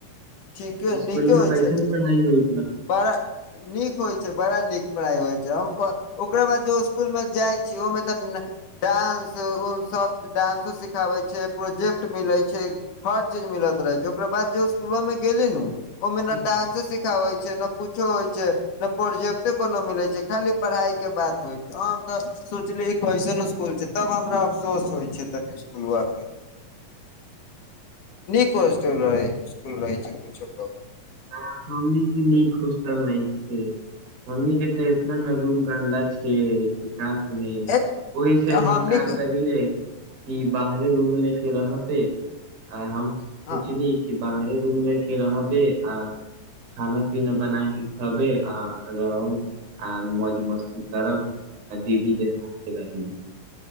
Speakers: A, on the left (about 65°); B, on the right (about 85°).
A: ठीके
B: आ इसकुल
A: नीके
B: में
A: होइ
B: कैसन
A: छै
B: पढ़ाई होइ?
A: बड़ा नीक होइ छै बड़ा। ठीक पढ़ाइ होइ छै हम ओकरा बाद जो इसकुल मे जाइ छी ओहिमे तऽ डांस सब डानंसो सिखाबै छै प्रोजेक्ट मिलै छै हर चीज मिलत रहै छै ओकरा बाद जे इसकुलवा में गेली नू की। ओय मे
B: हूँ
A: ना
B: हूँ
A: डांसे सी रहै छै ना कुछो होय छै ना प्रोजेक्टे कोनो मिलै छै, खाली पढ़ाई के बात होएत, हम त सोचली ई कैसन इसकुल छै, तब हमरा अफसोस होय छै तनि इसकूलबा पे, निक हॉस्टलबा रहै, स्कूल रहे छै कीछो के।
B: आ हमनी के नीक होस्टल नैखे, हमनी के ते एतना ना रूम गन्दा छीये, किताब नी,
A: ए
B: ओहि से हम
A: हमनी
B: का करै ले कि बाहरे रूम ले के रहते आ हम सोचनी
A: ओ
B: कि बाहरे रूम लएके के रहबे आ खाना-पीना बना के खबे आ रहब आ मौज-मस्ती करब आ दीदी के साथे रहिब।